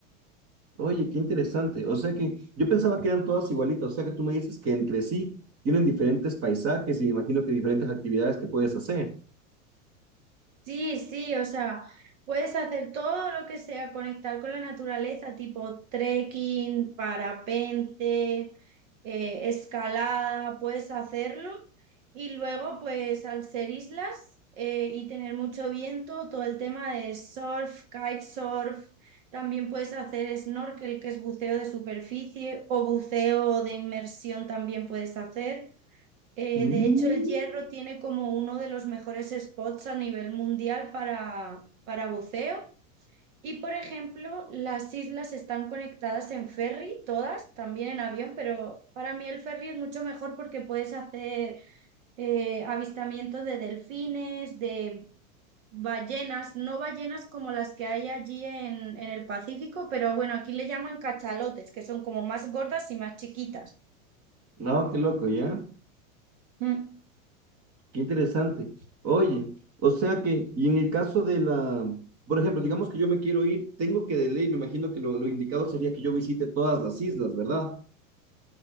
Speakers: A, on the right (about 35°); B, on the right (about 70°).
A: Oye, qué interesante. O sea que yo pensaba que eran todas igualitas. O sea que tú me dices que entre sí tienen diferentes paisajes y me imagino que diferentes actividades que puedes hacer.
B: Sí, sí, o sea, puedes hacer todo lo que sea, conectar con la naturaleza, tipo trekking, parapente, eh, escalada, puedes hacerlo. Y luego, pues al ser islas eh, y tener mucho viento, todo el tema de surf, kitesurf, también puedes hacer snorkel, que es buceo de superficie, o buceo de inmersión también puedes hacer. Eh,
A: Mm,
B: de hecho, el Hierro tiene como uno de los mejores spots a nivel mundial para, para buceo. Y, por ejemplo, las islas están conectadas en ferry, todas, también en avión, pero para mí el ferry es mucho mejor porque puedes hacer eh, avistamientos de delfines, de ballenas, no ballenas como las que hay allí en, en el Pacífico, pero bueno, aquí le llaman cachalotes, que son como más gordas y más chiquitas.
A: no, qué loco, ¿ya?
B: Mm.
A: Qué interesante. Oye, o sea que, y en el caso de la, por ejemplo, digamos que yo me quiero ir, tengo que de ley, me imagino que lo, lo indicado sería que yo visite todas las islas, ¿verdad?